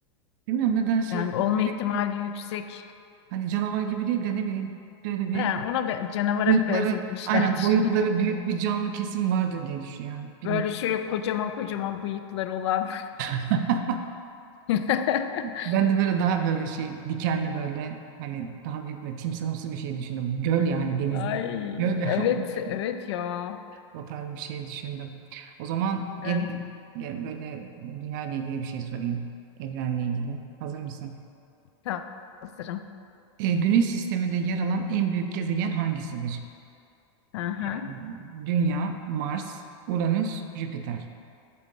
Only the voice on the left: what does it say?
Yani olma
ihtimali
yüksek.
Yani ona be- canavara
benzetmişlerdir.
<laughs>
Böyle şöyle kocaman kocaman bıyıkları olan.
<laughs>
Ay
evet
evet ya.
Evet
tam sanırım.
Hı hı.